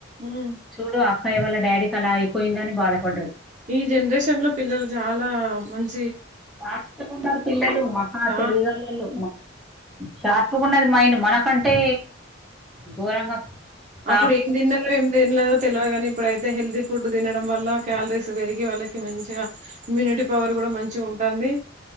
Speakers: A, on the right; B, in the centre.
A: ఉమ్
B: చూడు అ పయల్ల డాడీకి అలా అయిపోయింద అని బాధపడ్డదు
A: ఈ జనరేషన్ లో పిల్లలు చాలా మంచి
B: ఫాస్ట్ గా ఉన్నారు పిల్లలు మహా
A: చాలా
B: తెలివిగల్లోళ్ళు షార్ప్ కొన్నది మైండ్ మనకంటే ఘోరంగా సాఫ్ట్.
A: అప్పుడు ఏం తిన్నలో దేం లేదో తెలియదు కాని ఇప్పుడ అయితే హెల్తీ ఫుడ్ తినడం వల్ల క్యాలరీస్ పెరిగి వాళ్ళకి మంచిగా ఇమ్యూని పవర్ కూడా మంచి ఉంటుంది